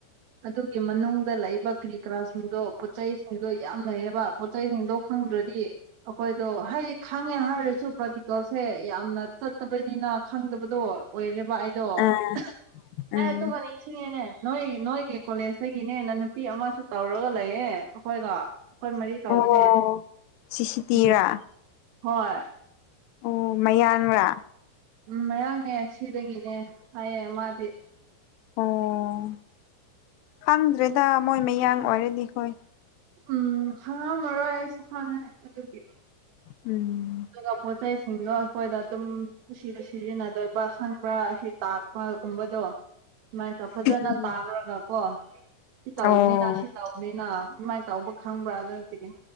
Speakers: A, on the right; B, on the left.
A: ꯑꯗꯨꯒꯤ ꯃꯅꯨꯡꯗ ꯂꯩꯕ ꯀꯔꯤ ꯀꯔꯥꯁꯤꯡꯗꯣ ꯄꯣꯠꯆꯩꯁꯤꯡꯗꯣ ꯌꯥꯝ ꯂꯩꯌꯦꯕ ꯄꯣꯠꯩ ꯆꯩꯁꯤꯡꯁꯤꯡꯗꯣ ꯈꯪꯗ꯭ꯔꯗꯤ ꯑꯩꯈꯣꯏ ꯑꯗꯣ ꯍꯌꯦ ꯈꯪꯉꯦ ꯍꯥꯏꯔꯁꯨ ꯄ꯭ꯔꯥꯛꯇꯤꯀꯜꯁꯦ ꯌꯥꯝꯅ ꯆꯠꯇꯕꯅꯤꯅ ꯈꯪꯗꯕꯗꯣ ꯑꯣꯏꯔꯦꯕ ꯗꯣꯇꯣ
B: ꯑꯥ ꯎꯝ
A: ꯐꯉ ꯁꯤꯅꯦꯦꯅꯦ ꯅꯣꯏ ꯅꯣꯏꯒꯤ ꯀꯣꯂꯦꯖꯇꯒꯤꯅꯦꯅ ꯅꯨꯄꯤ ꯑꯃꯁꯨ ꯇꯧꯔꯒ ꯂꯩꯌꯦꯦ ꯑꯩꯈꯣꯏꯒ ꯑꯩꯈꯣꯏ ꯃꯔꯤ ꯇꯧꯕꯅꯦ
B: ꯑꯣ ꯁꯤꯁꯤꯇꯤꯔꯥ
A: ꯎꯝ ꯍꯣꯏ
B: ꯑꯣ ꯃꯌꯥꯡꯔꯥ
A: ꯎꯝ ꯃꯌꯥꯝꯡꯅꯦ ꯁꯤꯗꯒꯤꯅꯦ ꯍꯥꯏꯌꯦ ꯃꯥꯗꯤ
B: ꯑꯣ ꯈꯪꯗ꯭ꯔꯦꯗ ꯃꯣꯏ ꯃꯌꯥꯡ ꯑꯣꯏꯔꯗꯤ ꯈꯣꯏ
A: ꯎꯝ ꯈꯪꯉꯝꯃꯔꯣꯏ ꯑꯩꯁꯨ ꯈꯪꯉꯦ ꯑꯗꯨꯒꯤ
B: ꯎꯝ
A: ꯑꯗꯨꯒ ꯄꯣꯠ ꯆꯩꯁꯤꯡꯗꯣ ꯑꯩꯈꯣꯏꯗ ꯑꯗꯨꯝ ꯁꯤꯗ ꯁꯤꯖꯤꯟꯅꯗꯣꯏꯕ ꯈꯪꯕ꯭ꯔꯥ ꯇꯥꯛꯄ ꯀꯨꯝꯕꯗꯣ ꯁꯨꯃꯥꯏꯅ ꯇꯧ ꯐꯖꯅ
B: ꯎꯝ
A: ꯇꯥꯈ꯭ꯔꯒ ꯀꯣ ꯁꯤ ꯇꯧꯕꯅꯤꯅ
B: ꯑꯣ
A: ꯁꯤ ꯇꯧꯅꯤꯅ ꯑꯗꯨꯃꯥꯏꯅ ꯇꯧꯕ ꯈꯪꯕ꯭ꯔꯥ ꯑꯗꯨꯅꯠꯇꯒꯤ